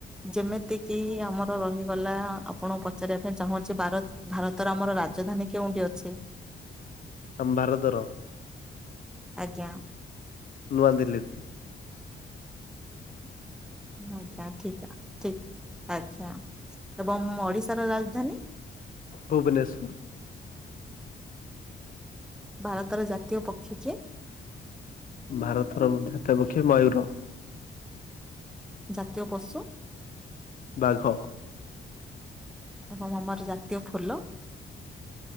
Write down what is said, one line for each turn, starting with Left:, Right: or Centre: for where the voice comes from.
Centre: ଯେମିତିକି ଆମର ରହିଗଲା ଆପଣ ପଚାରିବା ପାଇଁ ଚାହୁଁଛି ଭାରତର ଆମର ରାଜ ଧାନୀ କେଉଁଠି ଅଛି?
Left: ଆମ ଭାରତର
Centre: ଆଜ୍ଞା।
Left: ନୂଆ ଦିଲ୍ଲୀରେ
Centre: ଆଜ୍ଞା ଠିକ ଠିକ ଆଜ୍ଞା ଏବଂ ଓଡିଶାର ରାଜଧାନୀ?
Left: ଭୁବନେଶ୍ୱର।
Centre: ଭାରତର ଜାତୀୟ ପକ୍ଷୀ କିଏ?
Left: ଭାରତର ଜାତୀୟ ପକ୍ଷୀ ମୟୂର।
Centre: ଜାତୀୟ ପଶୁ?
Left: ବାଘ।
Centre: ଏବଂ ଆମର ଜାତୀୟ ଫୁଲ?